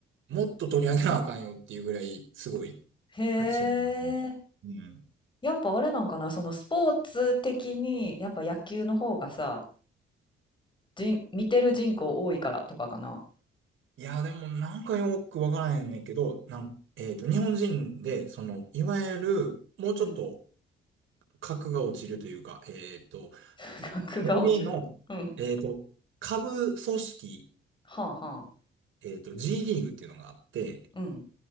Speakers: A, on the right; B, on the left.
A: もっと取り上げなあかんよっていうぐらい、すごい、
B: へえ。
A: 八村選手。うん。
B: やっぱあれなんかな、そのスポーツ的に、やっぱ野球の方がさ、人、見てる人口多いからとかかな。
A: いや、でもなんかよくわからへんねんけど、なん、えっと、日本人で、その、いわゆる、もうちょっと
B: うん。
A: 格が落ちるというか、えっと、
B: <laughs> 額が落ちる。
A: NBA の、
B: うん。
A: えっと、下部組織、
B: はあはあ。
A: えっと、G リーグっていうのがあって、
B: うん。